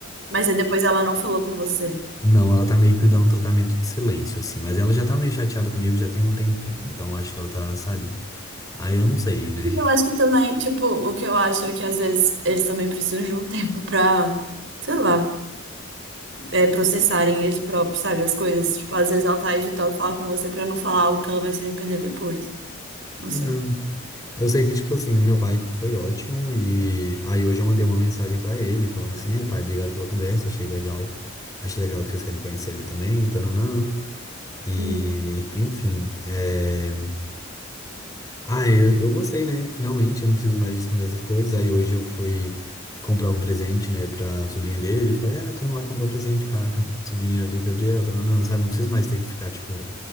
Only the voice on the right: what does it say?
Mas aí depois ela não falou com você.
Mas Eu acho que também, tipo, o que eu acho é que às vezes eles também precisam de um <laughs> tempo pra, sei lá, é, processarem eles próprios, sabe, as coisas. Tipo, às vezes ela tá evitando falar com você pra não falar algo que ela vai se arrepender depois. Não sei.
Hum. <laughs>